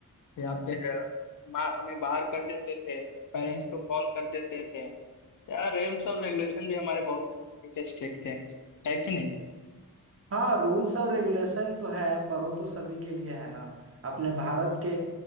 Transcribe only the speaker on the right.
हाँ रूल्स और रेगुलेशन तो है पर वो तो सभी के लिए है ना अपने भारत के